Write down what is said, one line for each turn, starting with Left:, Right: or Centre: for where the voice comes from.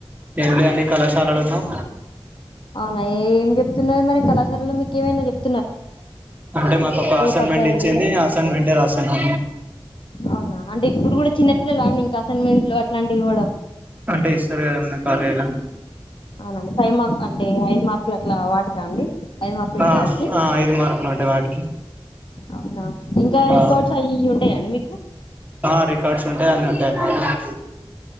Right: ఏం లే అండి కళాశాలలో ఉన్నాము
Left: అవే ఏం చెప్తున్నారు మరి కళాశాలలో మీకు ఏమైనా చెప్
Right: అంటే మాకు ఒక అసైన్మెంట్
Left: ఉపాధ్యాయులు
Right: ఇచ్చింది అసైన్మెంటే రాశాను
Left: అవునా అంటే ఇప్పుడు కూడా చిన్నపిల్లలు అండి ఇంకా అసైన్మెంట్లు అట్లాంటివి ఇవ్వడం
Right: అంటే ఇస్తారు కదా ఏమన్న కాలేజీలో
Left: అవునండి ఫైవ్ మార్క్స్ అంటే ఐదు మార్కులు అట్లా వాటికా అండి ఐదు మార్కులు
Right: ఆ
Left: ఉంటాయి వాటికి
Right: ఆ ఐదు మార్క్లు అండి వాటికి
Left: అవునా ఇంకా
Right: ఆ
Left: రికార్డ్స్ అయి ఇయ్యి ఉంటాయాండి మీకు
Right: ఆ రికార్డ్స్ ఉంటాయి అన్ని ఉంటాయి మాకు